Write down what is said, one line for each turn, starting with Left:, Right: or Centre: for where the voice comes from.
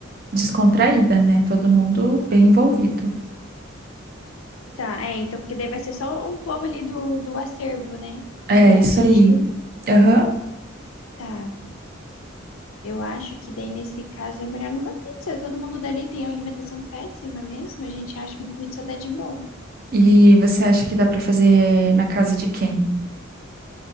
Right: descontraída, né? Todo mundo bem envolvido.
Left: Tá, é, então, porque daí vai ser só o povo ali do, do acervo, né? Do
Right: É,
Left: grupo
Right: isso
Left: que a gente
Right: aí.
Left: tem.
Right: Aham.
Left: Tá, eu acho que daí, nesse caso, é melhor numa pizza. Todo mundo dali tem uma alimentação péssima mesmo, a gente acha uma pizza dá de boa.
Right: E você acha que dá pra fazer na casa de quem?